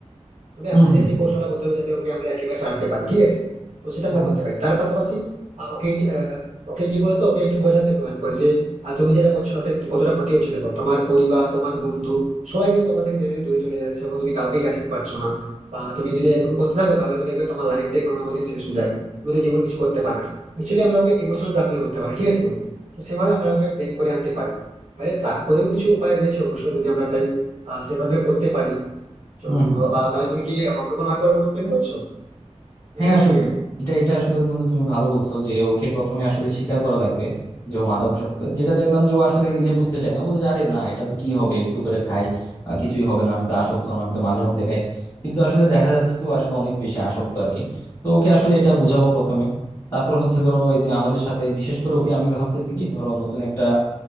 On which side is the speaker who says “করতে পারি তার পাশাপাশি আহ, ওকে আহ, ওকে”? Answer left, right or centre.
Right